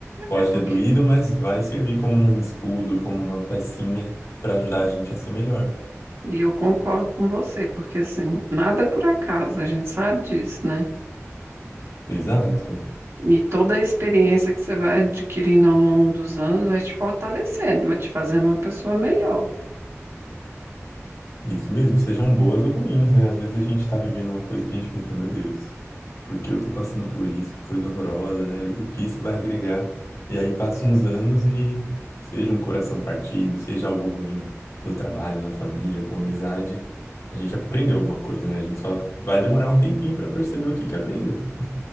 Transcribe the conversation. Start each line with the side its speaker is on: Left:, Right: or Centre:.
Left: Pode
Right: É porque
Left: ter doído, mas vai servir como um escudo, como uma pecinha para ajudar a gente a ser melhor.
Right: E eu concordo com você, porque assim, nada é por acaso, a gente sabe disso, né?
Left: Exato,
Right: E toda a experiência que você vai adquirindo ao longo dos anos vai te fortalecendo, vai te fazendo uma pessoa melhor.
Left: isso mesmo, e sejam boas ou ruins, né? Às vezes a gente tá vivendo uma coisa que a gente pensa, meu Deus, por que eu tô passando por isso? Que coisa horrorosa, né? E o que isso vai agregar? E aí passam uns anos e seja um coração partido, seja algo ruim no trabalho, na família, com amizade, a gente aprendeu alguma coisa, né? A gente só vai demorar um tempinho pra perceber o que que aprendeu.